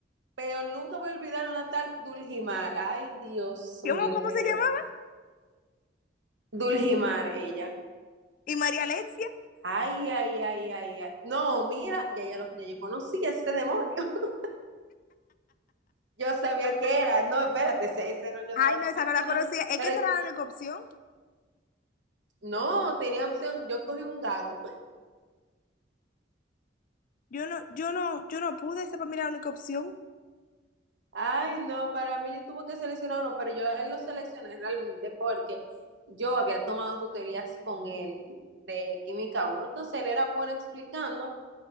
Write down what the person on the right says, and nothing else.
pero nunca voy a olvidar una tal Dulgimar. Ay, Dios
mío,
qué
error.
Dulgimar, ella.
Ay, ay, ay, ay, ay. No, mira, ya, ya, lo, ya yo conocí ese demonio. <laughs> Yo sabía que era. No, espérate, ese, ese error yo
no lo
cometí,
no.
Pero
no, tenía opción. Yo cogí un gago.
Ay, no, para mí yo tuve que seleccionar uno, pero yo a él lo seleccioné realmente porque yo había tomado tutorías con él de química uno, entonces él era bueno explicando